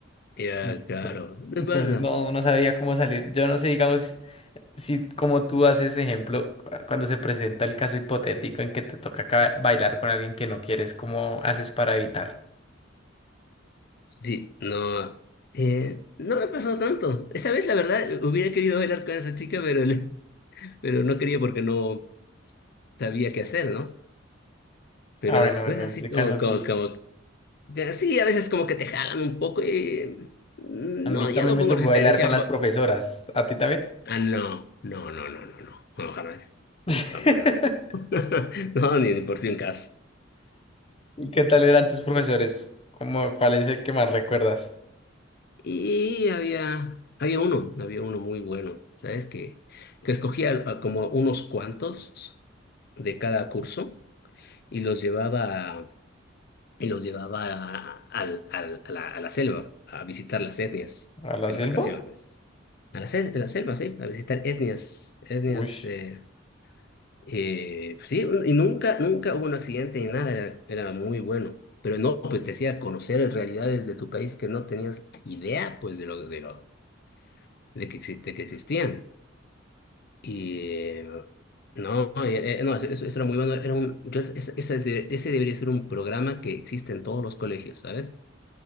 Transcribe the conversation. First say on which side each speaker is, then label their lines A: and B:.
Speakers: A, on the left (about 50°); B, on the left (about 30°).
A: Ya,
B: Ento-
A: claro. ¿Qué
B: Entonces
A: pasa?
B: no, no sabía cómo salir. Yo no sé, digamos, si como tú haces ejemplo, cu- cuando se presenta el caso hipotético en que te toca ca- bailar con alguien que no quieres, ¿cómo haces para evitar?
A: Sí, no... eh, no me ha pasado tanto. Esa vez, la verdad, hubiera querido bailar con esa chica, pero, le- <laughs> pero no quería porque no sabía qué hacer, ¿no? Pero
B: Ah, bueno,
A: después
B: en
A: así
B: ese
A: como,
B: caso
A: como,
B: sí.
A: como... ya, Sí, a veces como que te jalan un poco y... mm,
B: A mí
A: No,
B: también
A: ya no
B: me
A: pongo
B: tocó
A: resistencia.
B: bailar con las profesoras. ¿A ti también?
A: Ah, no, no, no, no, no, no, no, jamás,
B: <laughs>
A: jamás. <laughs> No, ni por si un caso.
B: ¿Y qué tal eran tus profesores? ¿Cómo, cuál es el que más recuerdas?
A: Y había, había uno, había uno muy bueno, ¿sabes? Que, que escogía a como unos cuantos de cada curso y los llevaba, y los llevaba a, al- al- a la, a la selva, a visitar las etnias
B: ¿A la
A: en
B: selva?
A: vacaciones. A la, sel- a la selva, sí, a visitar etnias, etnias,
B: Uy,
A: eh, Eh, pues sí, y nunca, nunca hubo un accidente ni nada, era, era muy bueno. Pero no, pues te hacía conocer realidades de tu país que no tenías idea, pues, de lo, de lo, de que, exi- de que existían. Y eh, no, eh, eh, no, eso, eso- eso era muy bueno. Era un, yo, es- es- ese, de- ese debería ser un programa que existe en todos los colegios, ¿sabes?